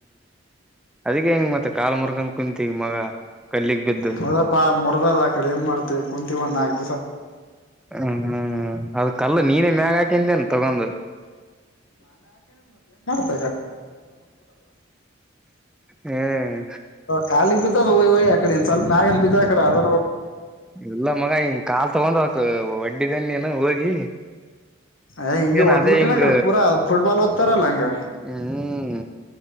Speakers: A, in the centre; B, on the left.
A: ಅದಿ ಹೆಂಗ ಮತ್ತೆ ಕಾಲ್ ಮುರ್ಗನ್ ಕುಂತಿ ಈಗ ಮಗ ಕಲ್ಲಿಗ್ ಬಿದ್ದು
B: ಹೌದಪ್ಪಾ ಮುರದ ಆ ಕಡೆ ಏನ್ ಮಾಡ್ತವಿ ಕುಂತೀ ಒಂದ ನಾಕ್ ದಿ
A: ಹ್ಮ ಅದ ಕಲ್ಲು ನೀನೆೇ ಮ್ಯಾಗ ಹಾಕಿಂದೇನ್ ತಗೊಂಡ
B: <unintelligible>
A: ಹ್ಮ್
B: ಕಾಲಿ ಬಿದ್ದವ ಕಡೆ ಸ್ವಲ್ ಮ್ಯಾಗನ್ ಬಿದ್ದ ಕಡೆ ಅದ
A: ಇಲ್ಲ ಮಗಾ ಹಿಂಗ ಕಾಲ್ ತಗೊಂಡ ಅಕ್ ವಡ್ಡಿದೆನ್ ನೀನು ಹೋಗಿ
B: ಏ ಹಿಂಗೆ
A: ಏನ್
B: ಓದ್ಬಿಟ್ಟಿನ
A: ಅದೇ ಹಿಂಗ
B: ಆ ಕಡೆ ಪೂರಾ ಫುಟ್ಬಾಲ್ ಓದ್ತಾರಲ್ಲ ಹಂಗ
A: ಹ್ಮ್